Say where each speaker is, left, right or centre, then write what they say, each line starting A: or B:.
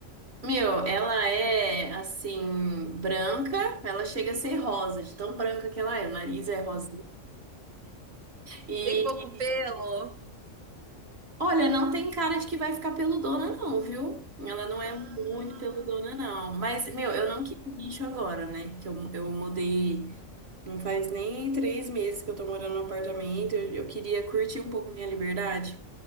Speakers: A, on the right; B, on the right.
A: Meu, ela é assim, branca, ela chega a ser rosa, de tão branca que ela é, o nariz é rosa. E
B: tem pouco pelo?
A: olha, não tem cara de que vai ficar peludona, não, viu? Ela não é
B: Ah,
A: muito peludona, não. Mas, meu, eu não quis bicho agora, né? Que eu, eu mudei. Não faz nem três meses que eu tô morando no apartamento. Eu, eu queria curtir um pouco minha liberdade.